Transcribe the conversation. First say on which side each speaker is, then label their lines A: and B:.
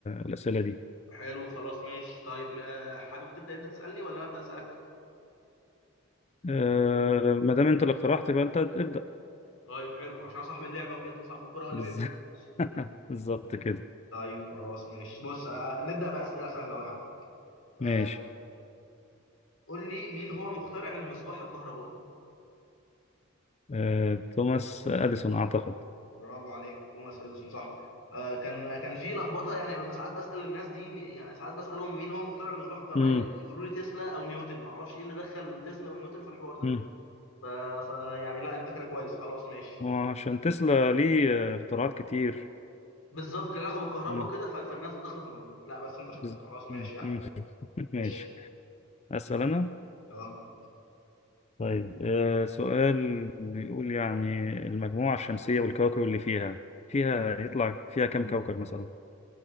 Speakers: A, on the left (about 35°); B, on the left (about 90°).
A: الاسئله دي
B: حلو خلاص ماشي طيب م- آه، حابب تبدا انت تسالني ولا انا ابدا اسالك
A: أه ما دام انت اللي اقترحت يبقى انت ابدا
B: طيب حلو عشان صاحب اللعبه وكده صاحب الكره هو اللي
A: بز-
B: بيبدا ماشي
A: <laughs> بالظبط كده
B: طيب خلاص ماشي بص آه، نبدا بقى اسئله سهله أهو يا عم آه،
A: ماشي
B: قول لي مين هو مخترع المصباح الكهربائي
A: أه توماس اديسون اعتقد
B: برافو عليك توماس اديسون صح آه كان كان في لخبطه يعني ببقى ساعات بسال الناس دي يعني ساعات بسالهم مين هو مخترع المصباح الكهربائي
A: امم
B: يقولوا لي تسلا او نيوتن ما اعرفش ايه اللي دخل تسلا ونيوتن في الحوار ده
A: امم
B: آه فيعني لا انت كده كويس خلاص ماشي
A: وعشان تسلا ليه آه، اختراعات كتير
B: بالظبط العلاقه بالكهرباء
A: مم.
B: وكده ف- فالناس بتخلط ما بينهم لا بس انت شاطر
A: بز-
B: خلاص ماشي
A: مم.
B: يا احمد
A: مم. <laughs> ماشي
B: خش
A: اسال انا
B: اه
A: طيب أه سؤال بيقول يعني المجموعه الشمسيه والكواكب اللي فيها فيها يطلع فيها كم كوكب مثلا